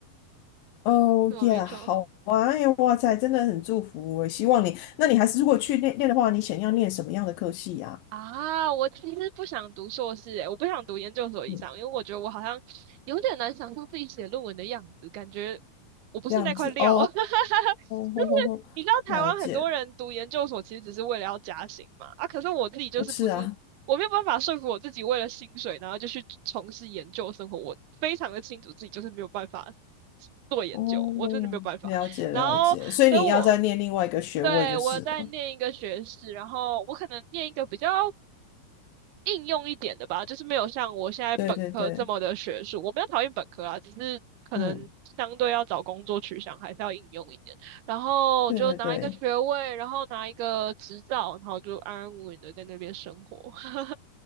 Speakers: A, on the left; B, on the right.
A: 哦耶，
B: 没错没错。
A: 好啊，哎呀，哇塞，真的很祝福我，希望你，那你还是如果去念念的话，你想要念什么样的科系呀、
B: 啊，我其实不想读硕士，诶，我不想读研究所以上，
A: 嗯，
B: 因为我觉得我好像有点难想象自己写论文的样子，感觉我不是那块料。
A: 这样子，哦，
B: <laughs>
A: <laughs>
B: 就是你知道台湾很多人读研究所其实只是为了要加薪嘛，
A: 吼吼吼，了解，
B: 啊，可是我自己就是不是，
A: 不是啊。
B: 我没有办法说服我自己为了薪水，然后就去从事研究生活，我非常的清楚自己就是没有办法做研究，
A: 哦，
B: 我真的没有办法。
A: 了解了解，
B: 然后所以我
A: 所以你要再念另外一个学位就是了。
B: 对我在念一个学士，然后我可能念一个比较应用一点的吧，就是没有像我现在本科这么的学术。
A: 对对对，
B: 我没有讨厌本科啊，只是可能相对要找工作取向还是要应用一点。
A: 嗯，
B: 然后就拿一个学位，
A: 对对对，
B: 然后拿一个执照，然后就安安稳稳的在那边生活。<laughs>